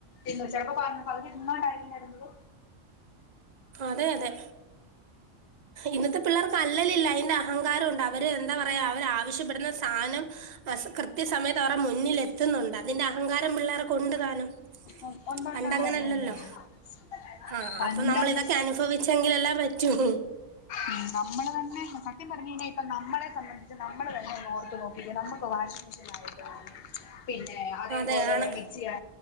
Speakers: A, on the left; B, on the right.
A: ഇന്ന് ചെലപ്പൊ പ പകുതി നിന്നോണ്ടായിരിക്കും വര്ന്നത്
B: അതെയതെ ഇന്നത്തെ പിള്ളാർക്കല്ലലില്ല അയിന്റെ അഹങ്കാരുണ്ട് അവര് എന്താ പറയാ അവരാവശ്യപ്പെടുന്ന സാനം കൃത്യസമയത്ത് അവരുടെ മുന്നിൽ എത്തുന്നുണ്ട് അതിന്റെ അഹങ്കാരം പിള്ളേർക്കുണ്ട്താനും
A: ഉം ഉണ്ട് ഉണ്ട്
B: പണ്ടങ്ങനല്ലല്ലോ
A: ഉണ്ട് ഉണ്ട് ഉണ്ട് ഉണ്ട്
B: ആഹ്
A: പണ്ടങ്ങ്
B: അപ്പൊ നമ്മളിതൊ അനുഭവിച്ചെങ്കിലെല്ലാം പറ്റും
A: ഉം നമ്മള് തന്നെ സത്യം പറഞ്ഞ്കഴിഞ്ഞാ ഇപ്പം നമ്മളെ സംബന്ധി നമ്മള് തന്നെന്നോർത്ത്നോക്കിക്കേ നമ്മക്ക് വാശി <unintelligible> പിന്നെ അതേപോലെ
B: അതെ ആണ്
A: മിക്സിയാ